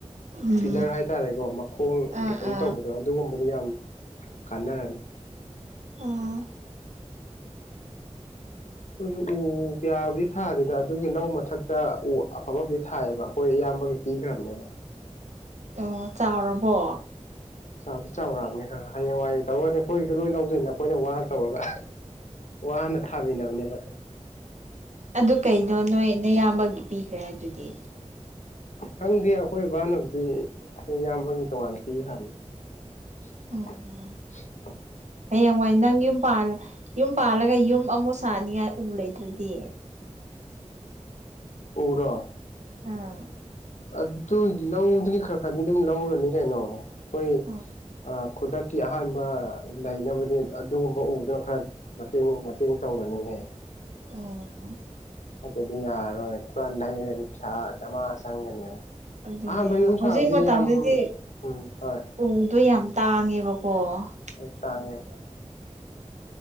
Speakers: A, on the right; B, on the left.
A: ꯎꯝ
B: ꯄꯤꯂꯔ ꯍꯥꯏꯇꯥꯔꯦꯀꯣ ꯃꯈꯣꯡ
A: ꯑꯥ
B: ꯀꯩꯅꯣꯝ
A: ꯑꯥ
B: ꯇꯧꯕꯗꯣ ꯑꯗꯨꯒꯨꯝꯕꯗꯣ ꯃꯤ ꯌꯥꯝ ꯀꯥꯟꯅꯔꯅꯤ꯫
A: ꯑꯥ
B: ꯑꯩꯈꯣꯏꯁꯨ ꯎ ꯀꯌꯥꯕꯨ ꯊꯥꯈꯔꯦ <unintelligible> ꯑꯗ ꯑꯗꯨꯒꯤ ꯂꯧ ꯃꯊꯛꯇ ꯎ ꯑꯐꯕꯨꯗꯤ ꯊꯥꯏꯑꯦꯕ ꯑꯩꯈꯣꯏ ꯏꯌꯥꯝꯕꯒꯤ ꯄꯤꯈ꯭ꯔꯕꯅꯦꯕ꯫
A: ꯑꯣ ꯆꯥꯎꯔꯕꯣ?
B: ꯆꯥꯎꯗꯤ ꯆꯥꯎꯔꯛꯑꯕꯅꯦ ꯑ ꯍꯌꯦꯡꯋꯥꯏ ꯇꯧꯔꯗꯤ ꯑꯩꯈꯣꯏꯒꯤꯁꯨ ꯂꯣꯏ ꯂꯧꯗꯣꯏꯅꯦ ꯑꯩꯈꯣꯏꯅ ꯋꯥꯅ ꯇꯧꯔꯒ ꯋꯥꯅ ꯊꯥꯃꯤꯟꯅꯕꯅꯦꯕ ꯑꯗꯣ
A: ꯑꯗꯨ ꯀꯩꯅꯣ ꯅꯣꯏꯅꯌꯥꯝꯕꯒꯤ ꯄꯤꯈ꯭ꯔꯦ ꯍꯥꯏꯗꯨꯗꯤ
B: ꯈꯪꯗꯦ ꯑꯩꯈꯣꯏ ꯕꯥꯅꯕꯨꯗꯤ ꯑꯩꯈꯣꯏ ꯏꯌꯥꯝꯕꯒꯤ ꯇꯣꯉꯥꯟꯅ ꯄꯤꯈ꯭ꯔꯕꯅꯤ꯫ <inaudible>
A: ꯎꯝ ꯍꯌꯦꯡꯋꯥꯏ ꯅꯪ ꯌꯨꯝ ꯄꯥꯜ ꯌꯨꯝ ꯄꯥꯜꯂꯒ ꯌꯨꯝ ꯑꯃꯨꯛ ꯁꯥꯅꯤꯉꯥꯏ ꯎ ꯂꯩꯇ꯭ꯔꯗꯤ?
B: ꯎꯔꯣ?
A: ꯑꯥ
B: ꯑꯗꯨ ꯂꯧꯗꯨꯗꯤ ꯈꯔ ꯈꯔꯗꯤ ꯑꯗꯨꯝ ꯂꯧꯔꯅꯤ ꯀꯩꯅꯣ? ꯑꯩꯈꯣꯏ
A: ꯑꯣ
B: ꯈꯨꯗꯛ ꯀꯤ ꯑꯍꯥꯟꯕ ꯂꯩꯅꯕꯅꯤ ꯑꯗꯨꯒꯨꯝꯕ ꯎꯗꯨꯅ ꯈꯔ ꯃꯇꯦꯡ ꯃꯇꯦꯡ ꯇꯧꯔꯅꯤꯌꯦ
A: ꯑꯣ
B: ꯅꯠꯇ꯭ꯔꯗꯤ ꯌꯥꯔꯔꯣꯏ ꯄꯨꯔꯥ ꯂꯩꯔꯒꯗꯤ ꯄꯩꯁꯥ ꯗꯥꯃꯥ ꯆꯪꯒꯅꯦꯕ꯫
A: ꯑꯗꯨꯅꯦꯕ
B: ꯑꯍꯥꯟꯕ ꯌꯨꯝ
A: ꯍꯧꯖꯤꯛ
B: ꯁꯥꯕꯗꯤ
A: ꯃꯇꯝꯗꯗꯤ
B: ꯌꯥꯝ ꯎꯝ ꯍꯣꯏ
A: ꯎꯗꯣ ꯌꯥꯝ ꯇꯥꯡꯉꯦꯕꯀꯣ
B: ꯍꯣꯏ ꯇꯥꯡꯉꯦ
A: ꯑꯗꯨꯒꯤ